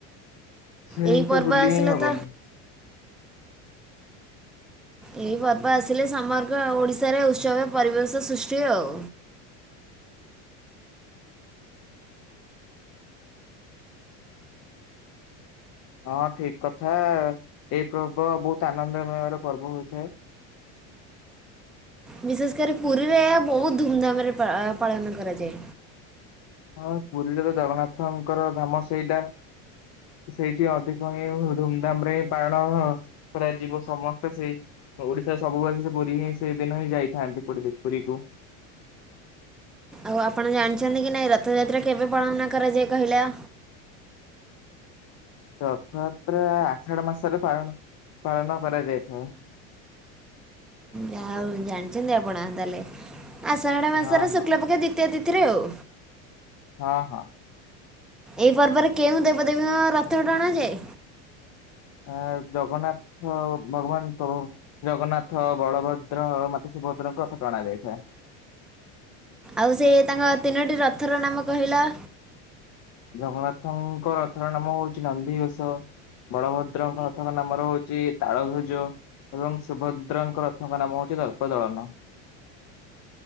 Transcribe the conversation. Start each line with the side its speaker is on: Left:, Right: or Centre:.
Left: ସେଇତ
Centre: ଏଇ ପର୍ବ
Left: ଭୁଲିହିଁ
Centre: ଆସିଲେ
Left: ହବନି‌।
Centre: ତ ଏହି ପର୍ବ ଆସିଲେ ସମଗ୍ର ଓଡ଼ିଶାରେ ଉତ୍ସବ ପରିବେଶ ସୃଷ୍ଟି ଆଉ।
Left: ହଁ ଠିକ୍ କଥା ଏଇ ପର୍ବ ବହୁତ୍ ଆନନ୍ଦମୟର ପର୍ବ ହୋଇଥାଏ।
Centre: ବିଶେଷ କରି ପୁରୀରେ ଏହା ବହୁତ ଧୁମଧାମରେ ପାଆ ପାଳନ କରାଯାଏ।
Left: ଆଉ ପୁରୀରେତ ଜଗନ୍ନାଥଙ୍କର ଧାମ ସେଇଟା। ସେଇଠି ଅଧିକ ହିଁ ଧୁମଧାମରେ ହିଁ ପାଳନ କରାଯିବ ସମସ୍ତେ ସେଇ ଓଡ଼ିଶା ସବୁବାସି ସେ ପୁରୀହିଁ ସେଦିନହିଁ ଯାଇଥାନ୍ତି ପୁରୀ ପୁରୀକୁ।
Centre: ଆଉ ଆପଣ ଜାଣିଚନ୍ତିକି ନାଇଁ ରଥଯାତ୍ରା କେବେ ପଳନ କରାଯାଏ କହିଲ?
Left: ରଥଯାତ୍ରା ଆଷାଢ ମାସରେ ପାଳନ ପାଳନ କରାଯାଇଥାଏ।
Centre: ଯା ହଉ ଜାଣିଚନ୍ତି ଆପଣ ତାହେଲେ ଆଷାଢ ମାସର
Left: ହଁ ହଁ
Centre: ଶୁକ୍ଲାପକ୍ଷ ଦ୍ଵିତୀୟ ତିଥିରେ ଆଉ।
Left: ହଁ ହଁ।
Centre: ଏଇ ପର୍ବରେ କେଉଁ ଦେବଦେବୀଙ୍କ ରଥ ଟାଣାଯାଏ?
Left: ଆ ଜଗନ୍ନାଥ ଭଗବାନ ତ ଜଗନ୍ନାଥ ବଳଭଦ୍ର ମାତା ସୁଭଦ୍ରାଙ୍କ ରଥ ଟଣା ଯାଇଥାଏ।
Centre: ଆଉ ସେ ତାଙ୍କ ତିନୋଟି ରଥର ନାମ କହିଲ?
Left: ଜଗନ୍ନାଥଙ୍କ ରଥର ନାମ ହଉଚି ନନ୍ଦି ଘୋଷ। ବଳଭଦ୍ରଙ୍କ ରଥର ନାମ ହଉଚି ତାଳଭୁଜ। ଏବଂ ସୁଭଦ୍ରାଙ୍କ ରଥଙ୍କ ନାମ ହଉଚି ଦର୍ପ ଦଳନ।